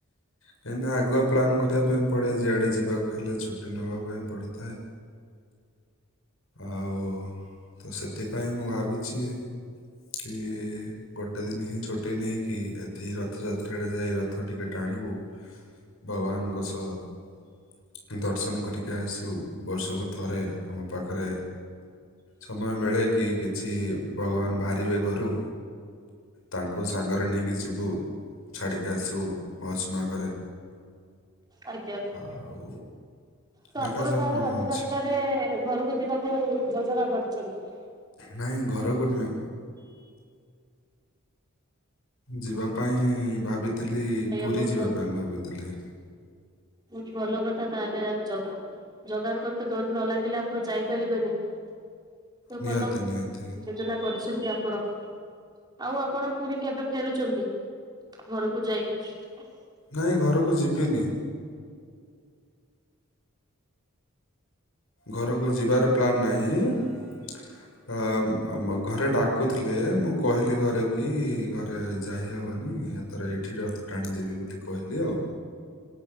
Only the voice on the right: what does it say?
ଆଜ୍ଞା।
ତ
ଆପଣ ତାହେଲେ
ରଥ
ଯାତ୍ରାରେ ଘରକୁ ଯିବାକୁ ଯୋଜନା କରିଚନ୍ତି?
ଆଜ୍ଞା
ବହୁତ
ବୋହୁତ ଭଲ କଥା ତାହେଲେ ଆଉ ଜଗାଙ୍କର ତ ଡୋରି ନ ଲାଗିଲେ ଆପଣ ଯାଇପାରିବେନି। ତ
ଭଲ
ଯୋଜନା କରିଚ ନ୍ତି ଆପଣ ଆଉ ଆପଣ ପୁଣି କେବେ ଫେରୁଚନ୍ତି ଘରକୁ ଯାଇକି? ହଁ <unintelligible>